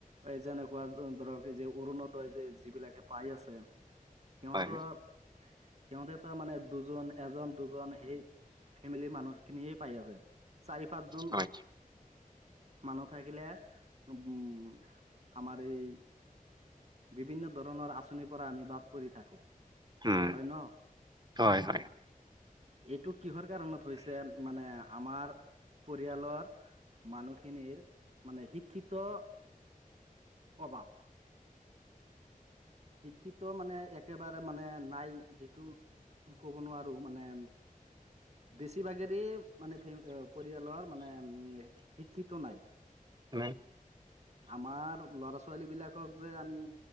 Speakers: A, on the right; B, on the right.
A: এই যেনেকুৱা যো--ধৰক, এই যে অৰুণোদয় যে যিবিলাকে পাই আছে, সিহঁতৰ
B: হয়
A: সিহঁতেটো, মানে দুজন, এজন- দুজন সেই ফেমিলি মানুহখিনিয়ে পাই আছে। চাৰি-পাঁচজন
B: হয়
A: মানুহ থাকিলে, উম, আমাৰ এই বিভিন্ন ধৰণৰ আঁচনিৰ পৰা আমি বাদ পৰি থাকো। হ'য়
B: উম
A: ন?
B: হ'য়, হ'য়।
A: এইটো কিহৰ কাৰণত হৈছে? মানে আমাৰ পৰিয়ালৰ মানুখিনিৰ, মানে শিক্ষিত অ, বাপ শিক্ষিত মানে, একেবাৰে মানে নাই। সেইটো ক'ব নোৱাৰো, মানে বেছিভাগেৰে মানে, ফেমি পৰিয়ালৰ মানে শিক্ষিত নাই।
B: নাই।
A: আমাৰ ল'ৰা -ছোৱালী বিলাক শিক্ষক যে আমি